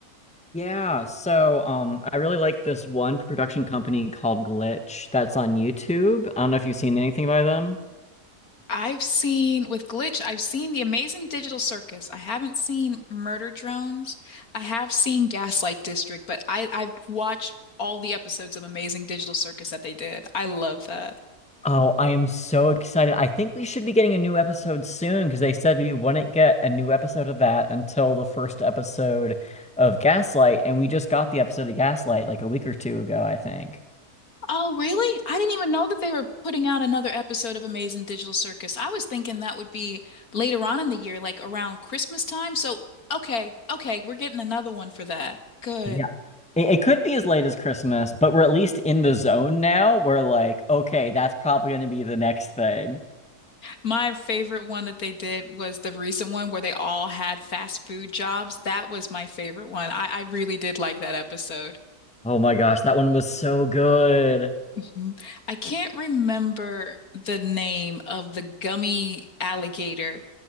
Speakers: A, in the centre; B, on the left.
A: Yeah, so um I really like this one production company called Glitch that's on YouTube. I don't know if you've seen anything by them.
B: I've seen with Glitch, I've seen The Amazing Digital Circus. I haven't seen Murder Drones. I have seen Gaslight District, but I, I've watched all the episodes of Amazing Digital Circus that they did. I love that.
A: Oh, I am so excited. I think we should be getting a new episode soon because they said we wouldn't get a new episode of that until the first episode of Gaslight, and we just got the episode of Gaslight like a week or two ago, I think.
B: Oh, really? I didn't even know that they were putting out another episode of Amazing Digital Circus. I was thinking that would be later on in the year, like around Christmas time. So, okay, okay, we're getting another one for that. Good.
A: Yeah. It, it could be as late as Christmas, but we're at least in the zone now. We're like, okay, that's probably going to be the next thing.
B: My favorite one that they did was the recent one where they all had fast food jobs. That was my favorite one. I, I really did like that episode.
A: Oh my gosh, that one was so good.
B: Mhm. I can't remember the name of the gummy alligator,